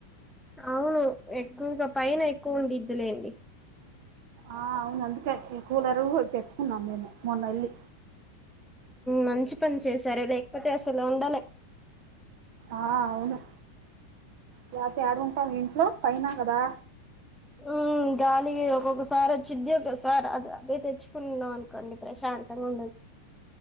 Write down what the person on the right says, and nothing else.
ఆ అవునందుకే ఇంకా కూలరు పెట్టుకున్నాం మేము మొన్న వెళ్ళి
ఆ అవును లేతే ఏడుంటం ఇంట్లో పైన కదా